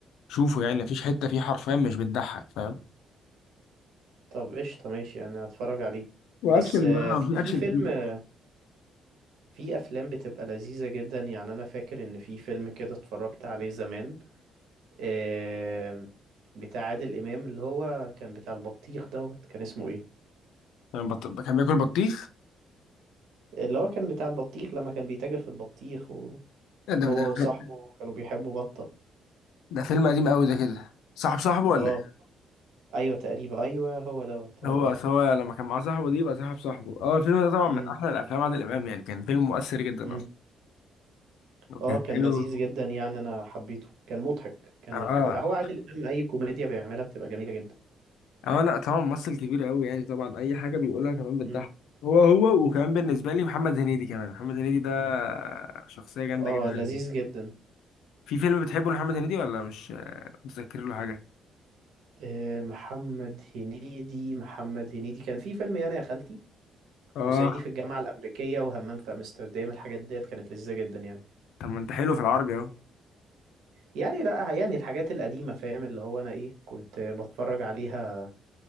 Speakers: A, on the left; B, on the right.
A: شوفه يعني مفيش حته فيه حرفيا مش بتضحك فاهم
B: طب قشطة ماشي انا هتفرج عليه
A: واكشن
B: بس آه،
A: بقى
B: في
A: في
B: في
A: اكشن
B: فيلم
A: كتير
B: آه، في افلام بتبقى لذيذة جدا يعني انا فاكر ان في فيلم كده اتفرجت عليه زمان آم، بتاع عادل امام اللي هو كان بتاع البطيخ دوت كان اسمه ايه
A: يعني بط... كان بياكل بطيخ
B: اللي هو كان بتاع البطيخ لما كان بيتاجر في البطيخ وهو
A: إيه ده
B: وصاحبه
A: ده
B: كانوا بيحبوا بطة
A: ده فيلم قديم قوي ده كده صاحب صاحبه ولا
B: اه
A: ايه
B: ايوه تقريبا ايوه هو دوت هو
A: هو
B: دوت
A: أصل هو لما كان معاه صاحبه دي يبقى صاحب صاحبه اه الفيلم ده طبعا
B: امم
A: من احلى الافلام عادل امام يعني كان فيلم مؤثر جدا
B: امم
A: اصلا وكان
B: اه كان
A: حلو
B: لذيذ جدا يعني انا حبيته كان مضحك كان
A: اه
B: ك- هو عادل امام اي كوميديا بيعملها بتبقى جميله جدا
A: اه لا طبعا ممثل كبير قوي يعني طبعا اي حاجه بيقولها كمان بتضحك
B: امم
A: هو هو وكمان بالنسبه لي محمد هنيدي كمان محمد هنيدي ده شخصيه جامده
B: اه
A: جدا
B: لذيذ جدا
A: في فيلم بتحبه لمحمد هنيدي ولا مش متذكر له حاجه
B: آه محمد هنيدي محمد هنيدي كان في فيلم يعني يا خالتي
A: اه
B: وصعيدي في الجامعه الامريكيه وهمام في امستردام الحاجات ديت كانت لذيذه جدا يعني
A: طب ما انت حلو في العربي اهو
B: يعني لا يعني الحاجات القديمه فاهم اللي هو انا ايه كنت بتفرج عليها